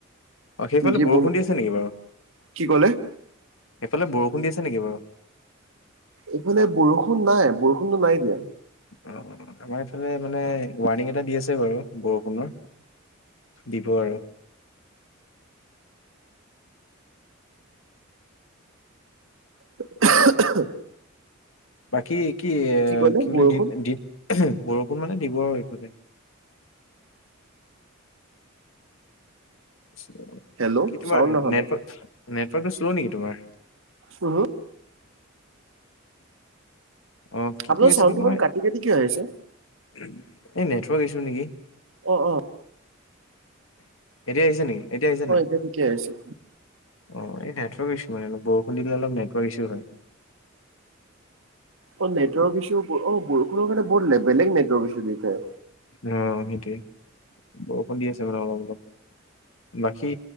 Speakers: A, on the left (about 80°); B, on the right (about 75°).
A: অ সেইফালে
B: নিজে
A: বৰষুণ
B: বলো
A: দি আছে নেকি
B: কি কলে
A: এইফালে বৰষুণ দিছে নেকি বাৰু
B: এইফালে বৰষুণ নাই বৰষুণো নাই দিয়া
A: অ আমাৰ এইফালে মানে ৱাৰ্ণিং এটা দি আছে বাৰু বৰষুণৰ দিব আৰু
B: <unintelligible>
A: বাকী কি এ
B: ক'লে
A: কি বুলি
B: বৰষুণ
A: দিন বৰষুণ মানে দিব আৰু এইফালে <unintelligible>
B: হেল্ল'
A: কি তোমাৰ
B: চাউণ্ড
A: নেটৱৰ্ক
B: অহা নাই
A: নেটৱৰ্কটো শ্ল' নেকি তোমাৰ
B: উহু
A: আহ কি
B: আপোনাৰ
A: কিকৈ
B: চাউণ্ডটো
A: ছিলো
B: ইমান
A: মই <unintelligible>
B: কাটি কাটি কিয় আহিছে
A: এই নেটৱৰ্ক ইছু নেকি
B: অ অ
A: এতিয়া আহিছে নেকি এতিয়া আহিছে
B: অ
A: নাই
B: ঠিকে আহিছে
A: অ এই নেৱৰ্ক ইছ্যু মানেলপ বৰষুণ দিলে অল নেটৱৰ্ক ইছ্যু হয়
B: অ নেটৱৰ্ক ইছু অ কোনো কাৰণে ব বেলেগ নেটৱৰ্ক ইছু দিছে
A: অ সেইটোৱে বৰষুণ দি আছে মানে অলপ অলপ বাকী